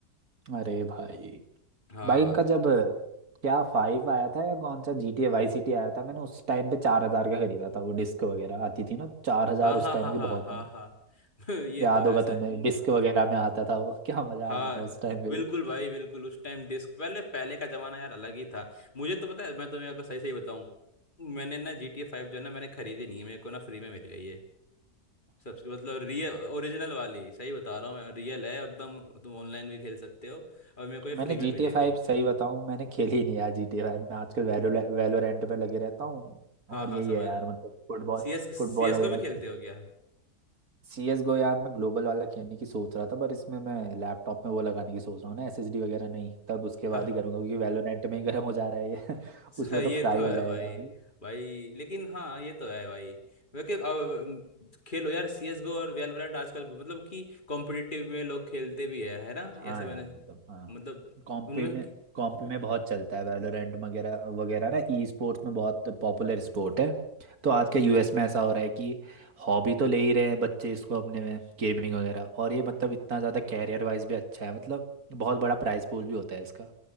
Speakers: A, on the right (about 65°); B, on the left (about 30°).
A: अरे भाई
B: हाँ
A: भाई इनका जब क्या फाइव आया था या कौन सा जी टी ए वाई सी टी आया था मैंने उस टाइम पे चार हजार का खरीदा था वो डिस्क वगैरह आती थी ना चार हजार
B: हाँ
A: उस
B: हाँ
A: टाइम
B: हाँ
A: की
B: हाँ
A: बहुत
B: हाँ
A: है।
B: हाँ <laughs> ये
A: याद
B: तो है
A: होगा
B: सर
A: तुम्हें डिस्क वगैरह में आता था वो <laughs> क्या मजा
B: हाँ
A: आता था उस टाइम पे
B: बिल्कुल
A: भी।
B: भाई बिल्कुल उस टाइम डिस्क पहले पहले का जमाना यार अलग ही था मुझे तो पता है मैं तुम्हें अगर सही सही बताऊं मैंने ना जी टी ए फाइव जो है ना मैंने खरीदी नहीं है मेरे को ना फ्री में मिल गई है सबसे मतलब रियल ओरिजिनल वाली सही बता रहा हूँ मैं रियल है एकदम तुम ऑनलाइन भी खेल सकते हो और
A: <laughs>
B: मेरे को ये
A: मैंने
B: फ्री में
A: जी
B: मिली
A: टी ए फाइव
B: थी
A: सही बताऊं मैंने खेली ही नहीं यार जी टी ए फाइव मैं आजकल वैलो वैलोरेंट पे लगे रहता हूँ
B: हाँ
A: और
B: हाँ
A: यही
B: समझ
A: है यार मतलब फुटबॉल
B: सीएस सीएस
A: फुटबॉल वगैरह
B: को भी खेलते हो क्या
A: सी एस गो यार मैं ग्लोबल वाला खेलने की सोच रहा था पर इसमें मैं लैपटॉप में वो लगाने की सोच रहा हूँ ना एस एस डी वगैरह नहीं तब उसके
B: हाँ
A: बाद ही करूँगा क्योंकि वैलोरेंट में ही गर्म हो जा रहा है ये <laughs>
B: स-
A: उसमें तो
B: ये
A: फ्राई
B: तो
A: हो
B: है
A: जाएगा
B: भाई
A: भाई
B: भाई लेकिन हाँ ये तो है भाई क्योंकि अब, खेलो यार सीएस गो और वैलोरेंट आजकल मतलब कि कॉम्पिटिटिव में लोग खेलते भी है है ना
A: हाँ
B: ऐसा मैंने
A: यार मतलब हाँ
B: मतलब
A: कॉम्पी
B: उनमें
A: में कॉम्पी में बहुत चलता है वैलोरेंट वगैरह वगैरह ना ई स्पोर्ट्स में बहुत पॉपुलर स्पोर्ट है तो आज के यूएस में ऐसा हो रहा है कि हॉबी तो ले ही रहे हैं बच्चे इसको अपने में गेमिंग वगैरह और ये मतलब इतना ज़्यादा कैरियर वाइज भी अच्छा है मतलब बहुत बड़ा प्राइस पूल भी होता है इसका